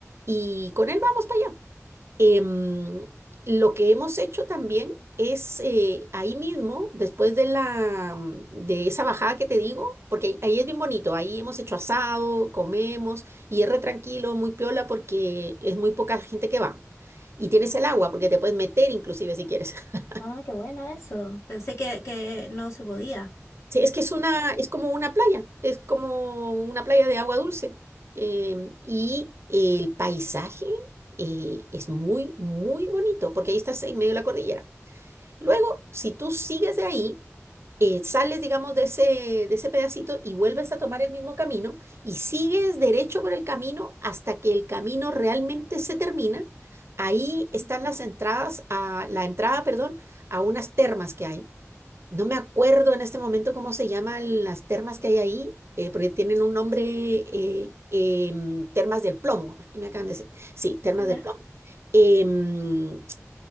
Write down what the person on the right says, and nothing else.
y con él vamos para allá. Em, lo que hemos hecho también es eh, ahí mismo, después de la mm, de esa bajada que te digo, porque ahí, ahí es bien bonito, ahí hemos hecho asado, comemos y es re tranquilo, muy piola porque es muy poca la gente que va. Y tienes el agua porque te puedes meter inclusive si quieres. <laughs>
Sí, es que es
una, es como una playa, es como una playa de agua dulce. Em, y el paisaje eh, es muy, muy bonito porque ahí estás en medio de la cordillera. Luego, si tú sigues de ahí, eh, sales, digamos, de ese, de ese pedacito y vuelves a tomar el mismo camino y sigues derecho por el camino hasta que el camino realmente se termina. Ahí están
las entradas a la entrada, perdón, a unas termas que hay. No me acuerdo en este momento cómo se llaman las termas que hay ahí, eh, porque tienen un nombre, eh, em, termas del plomo. Aquí me acaban de decir, sí, termas
del plomo. Em,